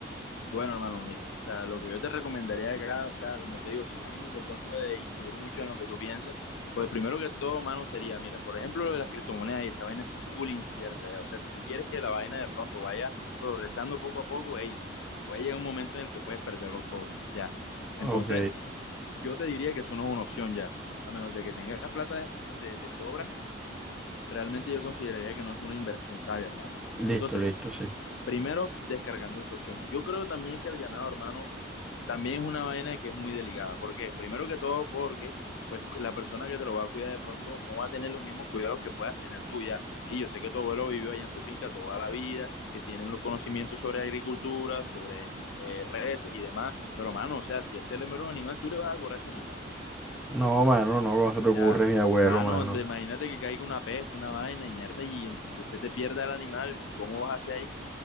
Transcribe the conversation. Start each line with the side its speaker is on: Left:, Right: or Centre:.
Left: Bueno, hermano, mira, o sea, lo que yo te recomendaría acá, o sea, como te digo, sin ánimos de pronto de influir mucho en lo que tú piensas, pues primero que todo, mano sería, mira, por ejemplo, lo de las criptomonedas y esa vaina es full incierta, ya, o sea, si tú quieres que la vaina de pronto vaya progresando poco a poco, hey, puede llegar un momento en el que puedes perderlo todo, ya. Entonces,
Centre: Ok,
Left: yo te diría que eso no es una opción ya, a menos de que tengas plata de, de sobra, realmente yo consideraría que no es una inversión sabia, hermano.
Centre: listo,
Left: Entonces,
Centre: listo, sí.
Left: Primero, descargando esa opción. Yo creo también que el ganado, hermano, también es una vaina que es muy delicada. ¿Por qué? Primero que todo, porque pues la persona que te lo va a cuidar de pronto no va a tener los mismos cuidados que puedas tener tú ya. Sí, yo sé que tu abuelo vivió allá en su finca toda la vida, que tienen los conocimientos sobre agricultura, sobre eh, reses y demás, pero mano, o sea, si él se le muere un animal, tú le vas a cobrar ese animal.
Centre: No, mano, no, ¿cómo se te ocurre,
Left: Ya,
Centre: mi abuelo,
Left: mano,
Centre: mano?
Left: de- imagínate que caiga una peste, una vaina, y mierda, y entonces se te pierda el animal, ¿y ¿cómo vas hacia ahí?